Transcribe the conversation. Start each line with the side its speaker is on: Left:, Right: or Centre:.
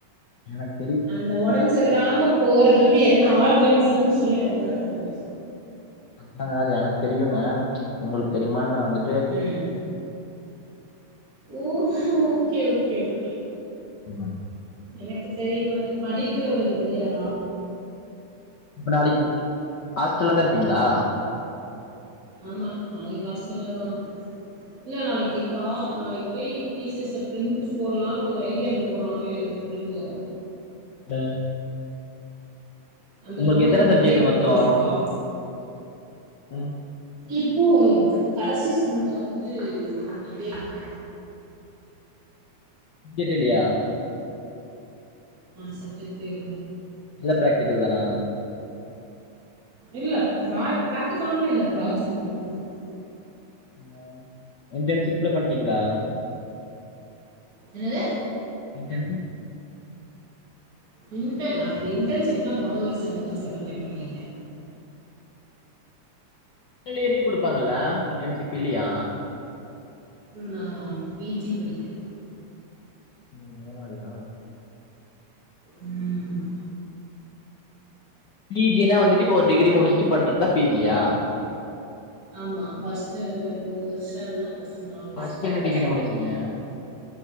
Left: எனக்
Right: அந்த ஒடம் சரிலாம போறது வந்து என்ன ஆர்கானிசம் சொல்லி நாங்கதா கண்டுபிடிச்சி
Left: அத்தாங்க அது எனக் தெரியுங்க உங்களுக் தெரியுமான்னா வந்து
Right: ம் ஊஹு ஓகே ஓகே ஓகே
Left: ம்
Right: எனக்கு தெரியுமோது படிக்கிறவளுக்கு தெரியாதா
Left: இப்ப நாளைக்கி ஹாஸ்டல்லதா இருப்பீங்ளா
Right: ஆமா நாவே ஹாஷ்டல்லதா இல நாளைக்கி கா நாளைக் போய் டீசர்ஸ ப்ரிண்ட்டு போட்லானு ஒரு ஐடியாவ இர்க்கோ நாங்க எ ஃப்ரெண்டு
Left: ட
Right: அந்த
Left: உங்களுக்கு
Right: பொண்ணு
Left: எத்தன சப்ஜெட்டு
Right: நேர்ல
Left: மொத்தோ
Right: போயிருக்கா
Left: ம்
Right: இப்போ கடைசி செம்ல வந்து எனக்கு இதே இல்ல
Left: ஜெக்ட்டே இல்லயா
Right: ஆ சப்ஜெக்டே இல்ல
Left: எல்லா பிராக்டிகல் தானா
Right: இல்ல பிரா பிராக்டிகலுமே இல்ல பிரோஜக்ட் மட்டுதா
Left: பிங்க் இன்டர்ன்ஷிப்லா பண்ட்டீங்களா
Right: என்னது
Left: இன்டர்ன்ஷிப்
Right: இன்டர்ன் அது இன்டர்ன்ஷிப்லா மொத வருஷ முடிச்ச ஒடனே பண்ணிட்டே
Left: த இயர்லயே கொடுப்பாங்கல்லா இன்டர்ன்ஷிப் இல்லயா
Right: நா பி ஜி படிக்கிறே
Left: ம் அதனாலயா
Right: ம்
Left: பி ஜினா வந்துட்டு இப்ப ஒரு டிகிரி முடிச்ட்டு பண்றதா பி ஜியா
Right: ஆமா ஃபர்ஸ்ட்டு மூனு வருஷ இல்ல ஃபர்ஸ்ட்டு நாலு வருஷ
Left: ஃபர்ஸ்ட்
Right: படிச்சுட்டு
Left: என்ன டிகிரி முடிச்சீங்க
Right: அதுக்கப்புறோ